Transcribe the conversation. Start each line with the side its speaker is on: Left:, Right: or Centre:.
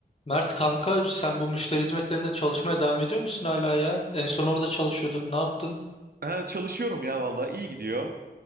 Left: Mert kanka sen bu müşteri hizmetlerinde çalışmaya devam ediyor musun hala ya? En son orada çalışıyordun. Ne yaptın?
Right: Ha, çalışıyorum ya vallahi iyi gidiyor.